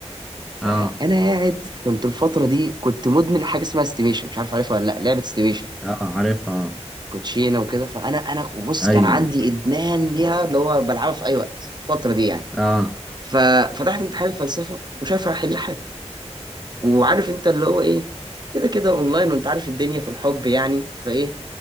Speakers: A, on the right; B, in the centre.
A: فانا
B: أه
A: قاعد كنت الفتره دي كنت مدمن حاجه اسمها استيميشن مش عارف عارفها ولا لا لعبه استيميشن
B: أه عارفها أه
A: كوتشينه وكده فانا انا بص
B: أيوه
A: كان عندي
B: أيوه
A: ادمان ليها اللي هو بلعبها في اي وقت الفتره دي يعني
B: أه
A: ففتحت امتحان الفلسفه وشايف هحل وعارف انت اللي هو ايه كده كده اونلاين وانت عارف الدنيا في الحب يعني فايه